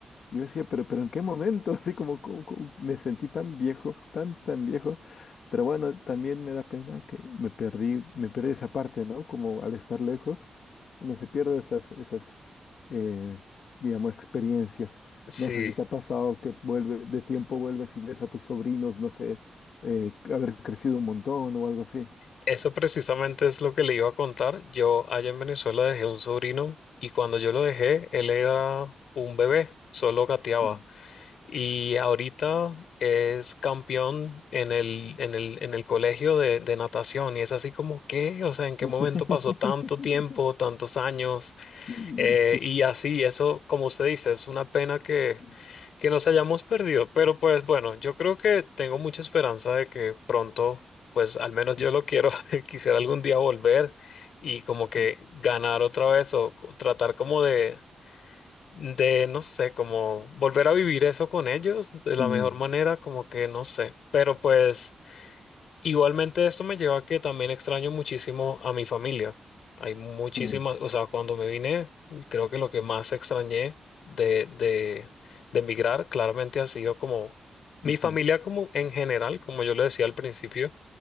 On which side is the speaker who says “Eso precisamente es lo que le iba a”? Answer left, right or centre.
Left